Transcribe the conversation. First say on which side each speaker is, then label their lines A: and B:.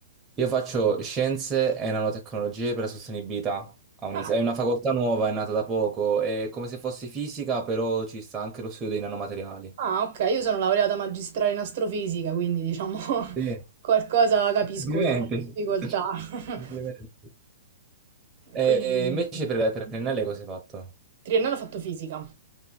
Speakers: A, on the right; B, on the right.
A: Io faccio scienze e nanotecnologie per la sostenibilità a Unisa.
B: Ah,
A: È una facoltà nuova, è nata da poco, è come se fosse fisica, però ci sta anche lo studio dei nanomateriali.
B: ah, ok, io sono laureata magistrale in astrofisica, quindi diciamo <laughs>
A: Sì,
B: qualcosa capisco
A: Complimenti.
B: sulla difficoltà. <laughs>
A: complimenti. E
B: Quindi...
A: invece per, per Triennale cosa hai fatto?
B: Triennale ho fatto fisica.